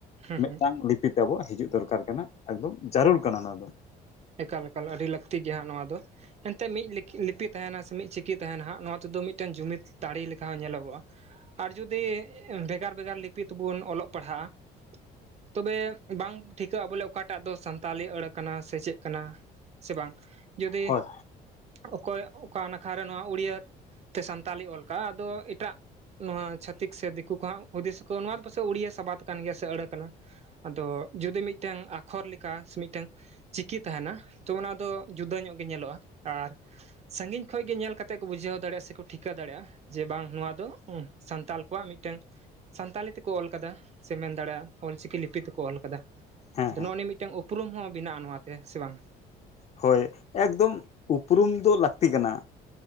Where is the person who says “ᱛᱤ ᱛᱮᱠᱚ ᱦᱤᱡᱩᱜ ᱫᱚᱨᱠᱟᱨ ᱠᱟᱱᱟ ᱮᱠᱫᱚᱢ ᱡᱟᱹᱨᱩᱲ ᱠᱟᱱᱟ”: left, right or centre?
Left